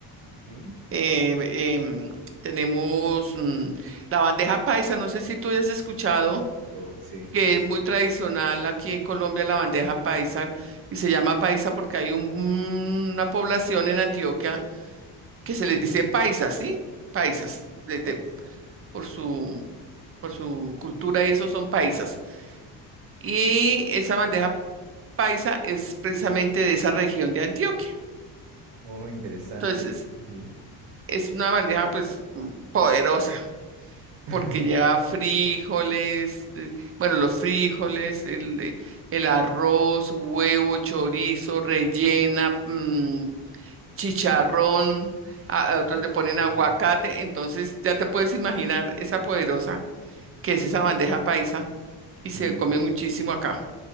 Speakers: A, on the right; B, on the right.
A: Ujú.
B: Eh, em, tenemos mm, la bandeja paisa, no sé si tú hayas escuchado,
A: Oh, sí,
B: que
A: sí, sí,
B: es
A: sí.
B: muy tradicional aquí en Colombia la bandeja paisa y se llama paisa porque hay un- una población en Antioquia que se les
A: ¿Sí?
B: dice paisas, ¿sí? Paisas,
A: Oh,
B: desde,
A: oh, sí.
B: por su, por su cultura y eso son paisas. Y esa bandeja paisa es precisamente de esa región de Antioquia.
A: Oh, interesante.
B: Entonces,
A: Ujú.
B: es una bandeja pues mm, poderosa
A: <laughs>
B: porque lleva frijoles, eh, bueno, los frijoles, el, eh, el arroz, huevo, chorizo, rellena, mm, chicharrón, a, a otros
A: Uf.
B: le ponen
A: ujú.
B: aguacate, entonces ya te puedes imaginar esa poderosa que es esa bandeja paisa y se
A: Sí, no.
B: come muchísimo acá.